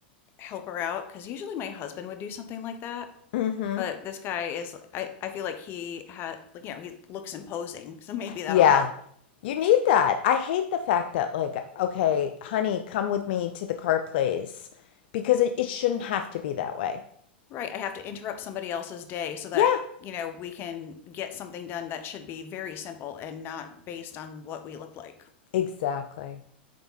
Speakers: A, on the left; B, on the left.
A: help her out because usually my husband would do something like that.
B: Mm-hmm.
A: But this guy is, I, I feel like he had, like, you know, he looks imposing. So maybe that'll
B: Yeah.
A: help.
B: You need that. I hate the fact that, like, okay, honey, come with me to the car place because it, it shouldn't have to be that way.
A: Right. I have to interrupt somebody else's day so that,
B: Yeah,
A: you know, we can get something done that should be very simple and not based on what we look like.
B: exactly.